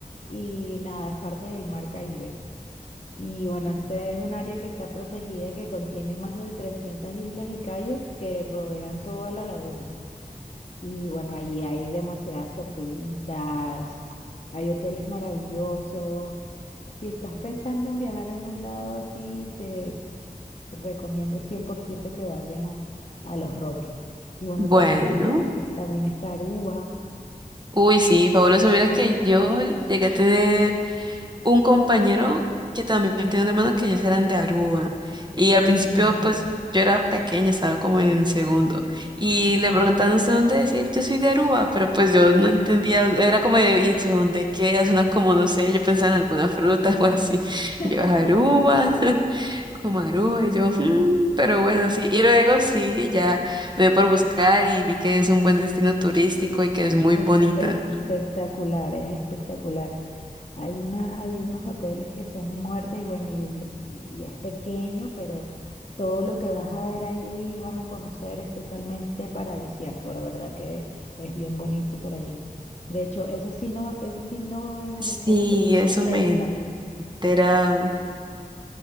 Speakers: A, on the left; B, on the right.
A: Y nada, es parte del Mar Caribe. Y bueno, ese es un área que está protegida, que contiene más de 300 islas y cayos que rodean toda la laguna. Y bueno, allí hay demasiadas tortuguitas, hay hoteles maravillosos. Si estás pensando en viajar en un lado así, te recomiendo 100% que vayas a, a Los Roques. Y bueno,
B: Bueno.
A: también está, también está Aruba.
B: Uy, sí, fabuloso. Mira que yo llegué a tener un compañero que también tenía un hermano que ellos eran de Aruba. Y al
A: Mm.
B: principio, pues yo era pequeña, estaba como en segundo. Y le preguntaban, ¿usted dónde decir? Yo soy de Aruba, pero pues yo no entendía, era como de, ¿y eso dónde queda? una como, no sé, yo pensaba en alguna fruta <laughs> o así.
A: <laughs>
B: Y Yo, Aruba, <laughs> como Aruba, y yo, "Mm", pero bueno, sí. Y luego sí, ya me dio por buscar y vi que es un buen destino turístico y que es muy
A: Es
B: bonita.
A: espectacular, es espectacular. Hay una, hay unos hoteles que son de muerte y bueno, y, el- y es pequeño, pero todo lo que vas a ver allí, vas a conocer, es totalmente paradisíaco, de verdad que es bien bonito por allí. De hecho, eso sí no, eso sí no es Venezuela,
B: Sí,
A: pero queda
B: eso
A: cerca.
B: me he enterado.